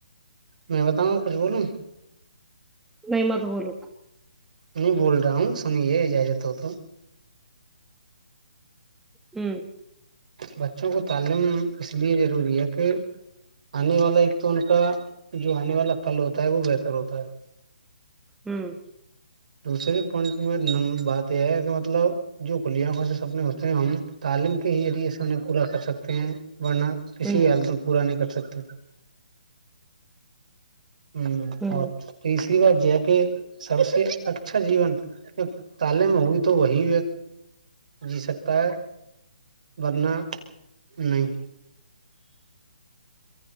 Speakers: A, on the right; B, in the centre.
A: میں بتاؤں کچھ بولوں
B: نہیں م تو بولوتا
A: میں بول رہا ہوں سنیے اجازت ہو تو
B: ہوں
A: بچوں کو تعلیم اس لے ضروری ہے کہ انے والے <unintelligible> تو ان کا جو آنے والا قل ہوتا ہے وہ بہتر ہوتا ہے
B: ہوں
A: دوسری پوائنٹ میں بات یہ ہے کہ مطلب جو کلیاںکھوں سے سپنے ہوتے ہیں ہم تعلیم کے ہی ذریعے سے انہیں پورا کر سکتے ہیں ورنہ کسی
B: ہوں
A: حالت میں پورا نہیں کر سکتے <unintelligible>
B: ہوں
A: اچھا جی تعلیم ہوئی تو وہی جی سکتا ہے ورنہ نہیں